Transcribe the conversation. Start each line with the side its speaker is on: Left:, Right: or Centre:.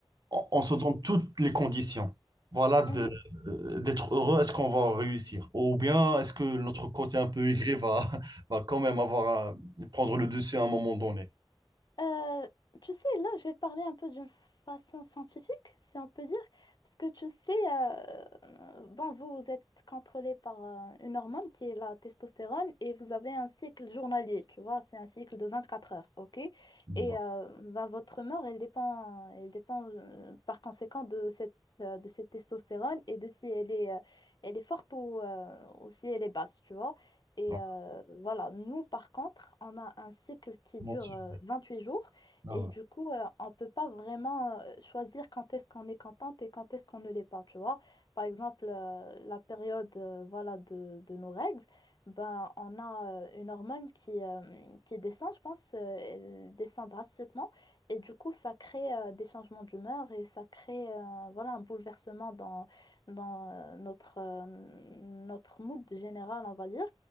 Right: on, on se donne toutes les conditions, voilà, de,
Left: Mhm.
Right: euh, d'être heureux, est-ce qu'on va réussir? Ou bien est-ce que notre côté un peu aigri va, <laughs> va quand même avoir à prendre le dessus à un moment donné?
Left: Euh, tu sais, là, je vais parler un peu d'une façon scientifique, si on peut dire, parce que tu sais, euh, euh, bon, vous êtes contrôlé par euh, une hormone qui est la testostérone et vous avez un cycle journalier, tu vois, c'est un cycle de 24 heures, ok?
Right: Ouais,
Left: Et euh, ben, votre humeur, elle dépend, elle dépend euh, par conséquent de cette, euh, de cette testostérone et de si elle est, euh, elle est forte ou, euh, ou si elle est basse, tu vois. Et
Right: non,
Left: euh, voilà, nous, par contre, on a un cycle qui
Right: non,
Left: dure
Right: c'est-
Left: euh, huit jours
Right: non,
Left: et
Right: ouais.
Left: du coup, euh, on ne peut pas vraiment euh, choisir quand est-ce qu'on est contente et quand est-ce qu'on ne l'est pas, tu vois. Par exemple, euh, la période euh, voilà, de, de nos règles, ben, on a euh, une hormone qui, euh, qui descend, je pense, euh, elle descend drastiquement et du coup, ça crée euh, des changements d'humeur et ça crée euh, voilà, un bouleversement dans, dans euh, notre, euh, notre mood général, on va dire.